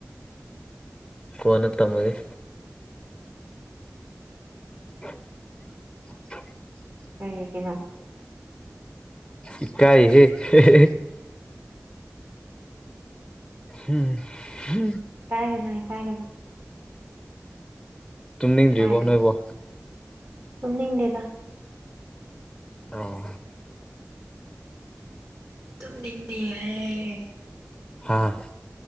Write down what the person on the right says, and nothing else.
ꯀꯔꯤꯒꯤꯅꯣ
ꯏꯀꯥꯏꯒꯅꯨ ꯏꯀꯥꯏꯒꯅꯨ
ꯏꯀꯥꯏꯔꯒ
ꯇꯨꯝꯅꯤꯡꯗꯦꯗ
ꯇꯨꯝꯅꯤꯡꯗꯤꯌꯦ